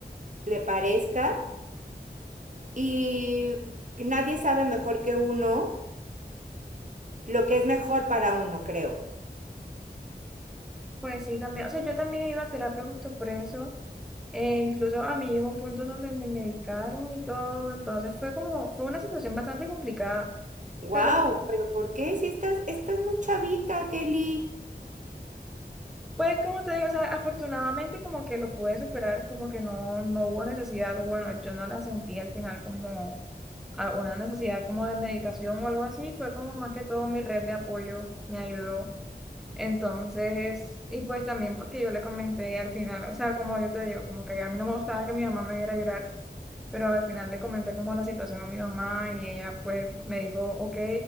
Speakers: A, on the right (about 45°); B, in the centre.
A: le parezca y nadie sabe mejor que uno lo que es mejor para uno, creo.
B: Pues sí, también, o sea, yo también iba a terapia justo por eso, eh, incluso a mí llegó un punto donde me medicaron y todo, entonces fue como, fue una situación bastante complicada,
A: Wow,
B: pero
A: pero ¿por qué? Si estás, estás muy chavita, Kelly.
B: pues como te digo, o sea, afortunadamente como que lo pude superar, como que no, no hubo necesidad, o bueno, yo no la sentí al final como a- una necesidad como de medicación o algo así, fue como más que todo mi red de apoyo me ayudó. Entonces, y pues también porque yo le comenté al final, o sea, como yo te digo, como que a mí no me gustaba que mi mamá me viera llorar, pero al final le comenté como la situación a mi mamá y ella pues me dijo, ok,